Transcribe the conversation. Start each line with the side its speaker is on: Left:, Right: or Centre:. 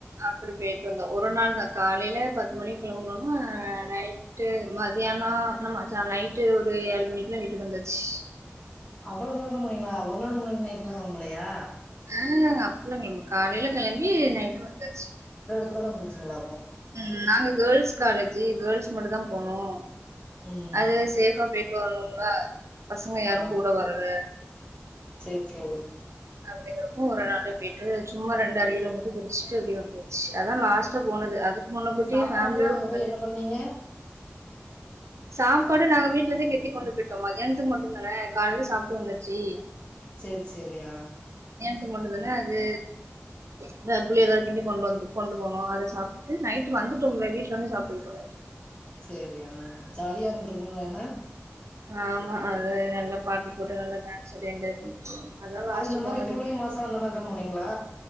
Right: அப்டி போயிட்டு வந்தோம் ஒரு நாள் தா காலையில பத்து மணி கிளம்புனோமா நைட்டு மதியானம் ஆமா நைட்டு ஒரு ஒரு ஏழு மணிக்குலாம் வீட்டுக்கு வந்தாச்சு
Left: அவ்வளவு தூரம் போனீங்களா ஒரு நாள் முன்னாடி நைட்லாம் களம்பலையா
Right: ஆஹ் அப்டில்லா இல்ல காலைல கெளம்பி நைட்டு வந்தாச்சு
Left: அப்ரதா குளிச்சிங்களா
Right: ம் நாங்க கேர்ள்ஸ் காலேஜி கேர்ள்ஸ் மட்டும் தா போனோம்
Left: ம்
Right: அது சேஃபா பேயிட்டு வரணும்ல பசங்க யாரும்
Left: ஆ
Right: கூட வரல
Left: சேரி சேரி
Right: அப்டிங்கறப்போ ஒரு நாளு போயிட்டு சும்மா ரெண்டு அருவில மட்டு குளிச்சிட்டு அப்டியே வந்தாச்சு அதான் லாஸ்ட்டா போனது அதுக்கு முன்னக்கூட்டி
Left: சாப்பாடுலா
Right: ஃபேமிலியோட
Left: அங்க
Right: போனது
Left: போய் என்ன பண்ணீங்க
Right: சாப்பாடு நாங்க வீட்லருந்தே கட்டி கொண்டு போயிட்டோம் மதியானத்துக்கு மட்டுந் தானே காலையில சாப்ட்டு வந்தாச்சு
Left: சேரி சேரி ஆஹ்
Right: இது மட்டுந்தான அது இந்த புளியோதர கிண்டி கொண்டு வந்து கொண்டு போனோ அத சாப்டுட்டு நைட்டு வந்துட்டோம்ல வீட்ல வந்து சாப்ட்டுக்கிட்டோம நைட்டுக்கு
Left: சேரி ஆஹ் ஜாலியா இருந்திருக்கும்ல என்ன
Right: ஆமா அது நல்லா பாட்டு போட்டு நல்லா டான்ஸ் ஆடி என்ஜாய் பண்ட்டு போனோ அதா லாஸ்ட்
Left: அது இந்த மாதிரி
Right: போனது
Left: ஜூலை மாசம் அந்த மாரிதான் போனீங்களா